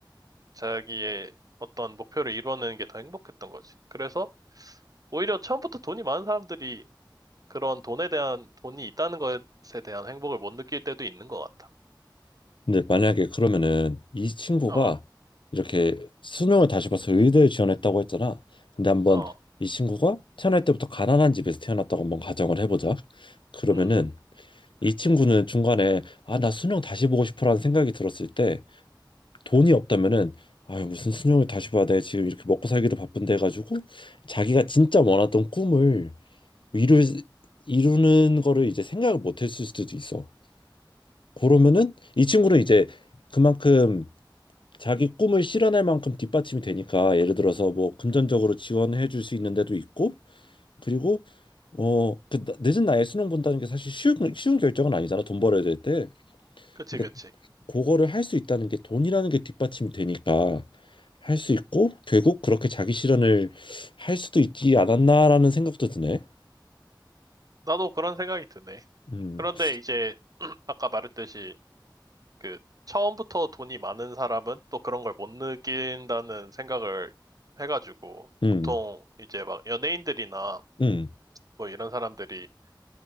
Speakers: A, on the right (about 50°); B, on the left (about 85°).
A: 자기의 어떤 목표를 이뤄내는 게 더 행복했던 거지. 그래서 오히려 처음부터 돈이 많은 사람들이 그런 돈에 대한, 돈이 있다는 것에 대한 행복을 못 느낄 때도 있는 것 같아.
B: 근데 만약에 그러면은 이 친구가
A: 어,
B: 이렇게 수능을 다시 봐서 의대에 지원했다고 했잖아. 근데 한번
A: 어,
B: 이 친구가 태어날 때부터 가난한 집에서 태어났다고 한번 가정을 해보자. 그러면은
A: 음,
B: 이 친구는 중간에 아, 나 수능 다시 보고 싶어라는 생각이 들었을 때 돈이 없다면은 아 무슨 수능을 다시 봐야 돼. 지금 이렇게 먹고 살기도 바쁜데 해가지고 자기가 진짜 원했던 꿈을 이루, 이루는 거를 이제 생각을 못 했을 수도 있어. 그러면은 이 친구는 이제 그만큼 자기 꿈을 실현할 만큼 뒷받침이 되니까 예를 들어서 뭐 금전적으로 지원해 줄 수 있는 데도 있고 그리고 어 그 늦은 나이에 수능 본다는 게 사실 쉬운 쉬운 결정은 아니잖아 돈 벌어야 될 때
A: 그치,
B: 근데
A: 그치.
B: 그거를 할 수 있다는 게 돈이라는 게 뒷받침이 되니까 할 수 있고 결국 그렇게 자기 실현을 할 수도 있지 않았나라는 생각도 드네
A: 나도 그런 생각이 드네.
B: 음
A: 그런데 이제, <clears throat> 아까 말했듯이, 그, 처음부터 돈이 많은 사람은 또 그런 걸 못 느낀다는 생각을 해가지고,
B: 음
A: 보통 이제 막 연예인들이나
B: 음
A: 뭐 이런 사람들이